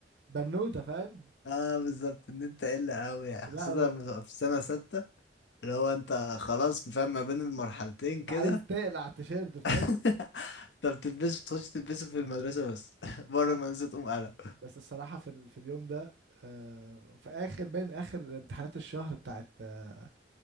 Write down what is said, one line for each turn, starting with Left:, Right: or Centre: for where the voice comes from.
Right: بنوته فاهم
Left: اه بالظبط ان انت قلة قوي يعني
Right: لا
Left: خاصة
Right: هو-
Left: لما تبقى في سنة ستة اللي هو انت خلاص فاهم ما بين المرحلتين
Right: انت
Left: كده
Right: عايز تقلع التيشيرت فاهم
Left: <laughs> انت بتلبسه بتخش تلبسه في المدرسة بس <laughs> بره
Right: لا
Left: المدرسة
Right: ب-
Left: تقوم قلم
Right: بس الصراحه في ال... في اليوم ده آه في اخر باين اخر امتحانات الشهر بتاعت آه